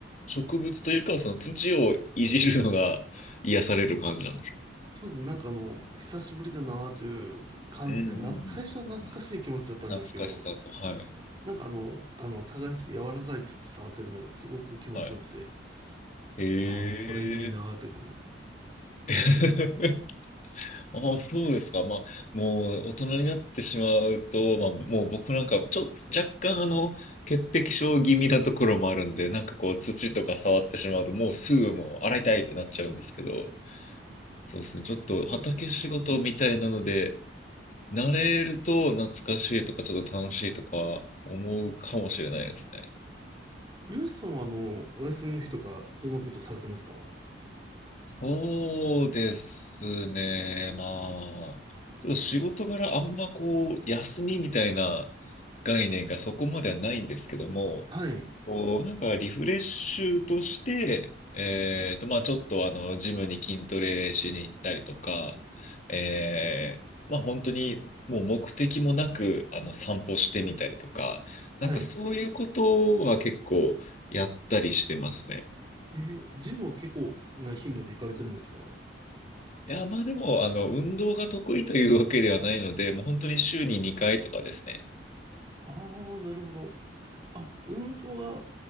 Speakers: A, on the left; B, on the right.
A: 植物というか、その土をいじるのが癒される感じなんですか。
B: そうですね、なんかあの、久しぶりだなという感じで、
A: うんうんうん。
B: な、最初は懐かしい気持ちだったんですけど、
A: な、懐かしさと、はい。
B: なんかあの、あの、耕して柔らかい土触ってるのがすごく気持ちよくて、
A: はい。え
B: ああ、これいいなって感じです。
A: え。<laughs> ああ、そうですか。まあ、もう大人になってしまうと、まあ、もう僕なんか、ちょっと若干あの、潔癖症気味なところもあるんで、なんかこう、土とか触ってしまうと、もうすぐもう洗いたいってなっちゃうんですけど、そうですね。ちょっと畑仕事みたいなので、
B: そうですね。
A: 慣れると懐かしいとか、ちょっと楽しいとか思うかもしれないですね。
B: ユースさんはあの、お休みの日とか、どのことされてますか
A: そうですね。まあ、ちょっと仕事柄あんまこう、休みみたいな概念がそこまではないんですけども、
B: はい、
A: こう、なんかリフレッシュとして、えっと、まあちょっとあの、ジムに筋トレしに行ったりとか、えー、まあ本当にもう目的もなく、あの、散歩してみたりとか、なんかそういうことは結構やったりしてますね。
B: はい。えージムは結構な頻度で行かれてるんですか
A: いや、まあでも、あの、運動が得意というわけではないので、もう本当に週に2回とかですね。
B: ああー、なるほど。あ、運動が、